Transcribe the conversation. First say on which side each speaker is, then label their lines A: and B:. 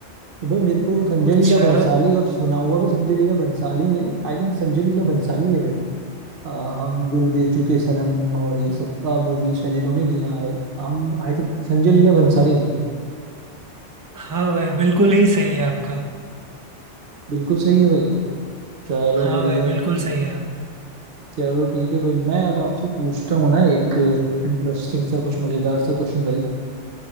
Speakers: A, on the right; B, on the right.
A: तो भाई मेरे को संजय
B: अच्छा
A: लीला बंसाली और सुना हुआ भी संजय लीला बंसाली है आई थिंक संजय लीला बंसाली है भाई अ, हम दिल दे चुके सनम और ये सब मूवी शायद इन्होंने की हाँ भाई हम आई थिंक संजय लीला बंसाली है भाई
B: हाँ भाई बिल्कुल ही सही है आपका
A: बिल्कुल सही है भाई चलो
B: हाँ
A: बढ़िया
B: भाई बिल्कुल
A: है।
B: सही है
A: चलो ठीक है भाई मैं अब आपसे पूछता हूँ ना एक इंटरेस्टिंग सा कुछ मजेदार सा क्वेश्चन भाई